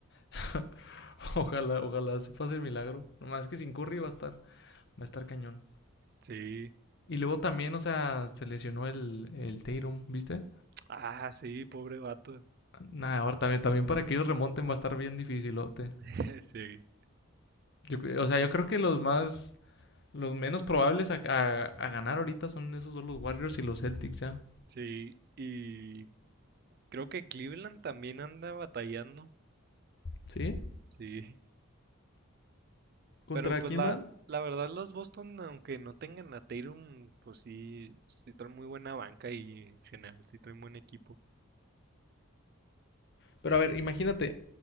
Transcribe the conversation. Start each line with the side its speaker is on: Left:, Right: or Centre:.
Left: <laughs> ojalá, ojalá se pase el milagro. Nomás que sin Curry va a estar, va a estar cañón.
Right: Sí.
Left: Y luego también, o sea, se lesionó el, el Tatum, ¿viste?
Right: Ah, sí, pobre vato.
Left: Nada, ahora también, también para que ellos remonten va a estar bien dificilote.
Right: <laughs> Sí,
Left: Yo, o sea, yo creo que los más, los menos probables a, a- a ganar ahorita son esos son los Warriors y los Celtics, ¿ya?
Right: sí. Y creo que Cleveland también anda batallando.
Left: ¿Sí?
Right: Sí.
Left: ¿Contra
Right: Pero pues
Left: quién
Right: la,
Left: man?
Right: la verdad los Boston, aunque no tengan a Tatum, pues sí, sí traen muy buena banca y en general sí traen buen equipo.
Left: Pero a ver, imagínate,